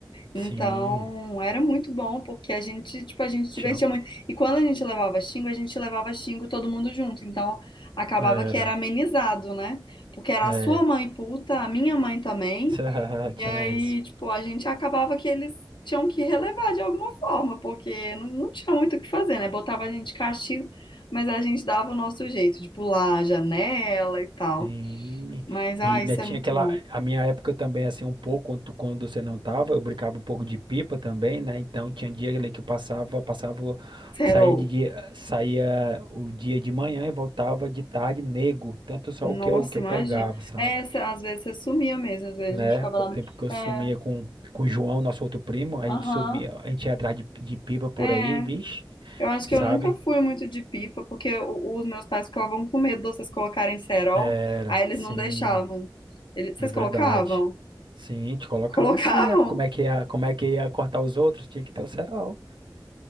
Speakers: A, on the left; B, on the right.
A: Então,
B: Sim,
A: era muito bom, porque a gente, tipo, a gente
B: que
A: se
B: tinha,
A: divertia muito. E quando a gente levava xingo, a gente levava xingo todo mundo junto. Então, acabava
B: era,
A: que era amenizado, né? Porque era
B: é,
A: a sua mãe puta, a minha mãe também.
B: <laughs>
A: E
B: tinha
A: aí,
B: isso.
A: tipo, a gente acabava que eles tinham que relevar de alguma forma, porque não, não tinha muito o que fazer, né? Botava a gente de castigo, mas a gente dava o nosso jeito de pular a janela e tal.
B: Sim,
A: Mas, ah,
B: e ainda
A: isso
B: tinha
A: é muito
B: aquela,
A: bom.
B: a minha época também, assim, um pouco, quando, tu- quando você não tava, eu brincava um pouco de pipa também, né, então tinha dia ali que eu passava, passava,
A: Serol.
B: saía de dia, saía o dia de manhã e voltava de tarde nego, tanto só
A: Nossa,
B: o que eu, que eu
A: imagina.
B: pegava, sabe,
A: É, cê- às vezes você sumia mesmo, às vezes
B: né,
A: a gente ficava
B: com
A: lá.
B: o tempo que eu
A: É,
B: sumia com, com o João, nosso outro primo, a
A: aham,
B: gente sumia, a gente ia atrás de, de pipa por
A: é.
B: aí, bicho,
A: Eu acho
B: sabe,
A: que eu nunca fui muito de pipa, porque o- os meus pais ficavam com medo de vocês colocarem cerol,
B: era,
A: aí eles
B: sim.
A: não deixavam. Eles, vocês
B: É verdade.
A: colocavam? <laughs>
B: Sim, te colocava
A: Colocavam?
B: assim, né? Como é que ia, como é que ia cortar os outros? Tinha que ter o cerol.